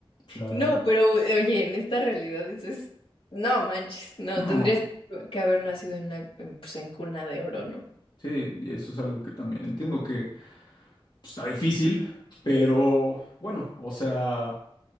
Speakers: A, on the left; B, on the left.
A: sea,
B: No, pero oye, en esta realidad eso es, no manches, no,
A: no.
B: tendrías que haber nacido en una, en, pues, en cuna de oro, ¿no?
A: Sí, y eso es algo que también entiendo que pues, está difícil, pero bueno, o sea...